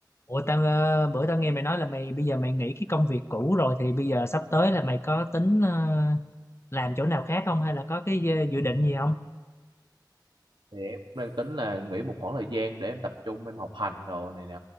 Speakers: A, on the left (about 35°); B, on the right (about 85°).
A: Ủa tao ờ, bữa tao nghe mày nói là mày bây giờ mày nghỉ cái công việc cũ rồi thì bây giờ sắp tới là mày có tính ờ, làm chỗ nào khác không hay là có cái ờ, dự định gì không?
B: thì em cũng đang tính là nghỉ một khoảng thời gian để em tập trung em học hành đồ này nè